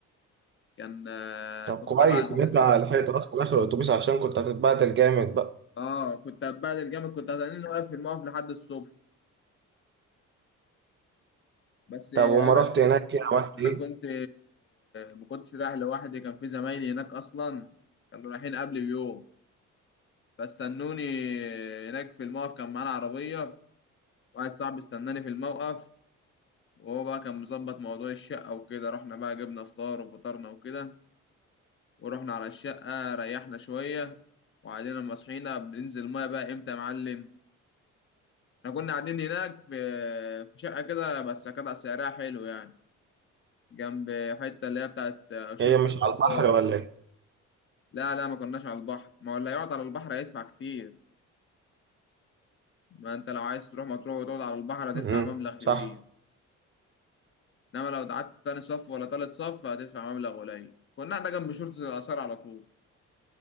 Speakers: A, on the left (about 40°); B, on the right (about 40°).
A: كان آه،
B: طب
A: كنت
B: كويس
A: طبعا
B: ان انت لحقت اصلا اخر الاتوبيس عشان كنت هتتبهدل جامد بقى
A: اه كنت هتبهدل جامد كنت هتلاقيني واقف في الموقف لحد الصبح بس انا
B: طب وما رحت هناك ايه عملت
A: انا
B: ايه؟
A: كنت ما كنتش رايح لوحدي كان في زمايلي هناك اصلا كانوا رايحين قبلي بيوم فاستنوني هناك في الموقف كان معانا عربية واحد صاحبي استناني في الموقف وهو بقى كان مظبط موضوع الشقة وكده رحنا بقى جبنا فطار وفطرنا وكده ورحنا على الشقة ريحنا شوية وبعدين لما صحينا بننزل المية بقى امتى يا معلم احنا كنا قاعدين هناك في في شقة كده بس كانت سعرها حلو يعني جنب حتة اللي هي بتاعت شرطة
B: هي مش
A: الآثار
B: على البحر ولا ايه؟
A: لا لا ما كناش على البحر ما هو اللي يقعد على البحر هيدفع كتير ما انت لو عايز تروح مطروح وتقعد على البحر هتدفع
B: مم.
A: مبلغ
B: صح
A: كبير انما لو قعدت تاني صف ولا تالت صف هتدفع مبلغ قليل كنا احنا جنب شرطة الآثار على طول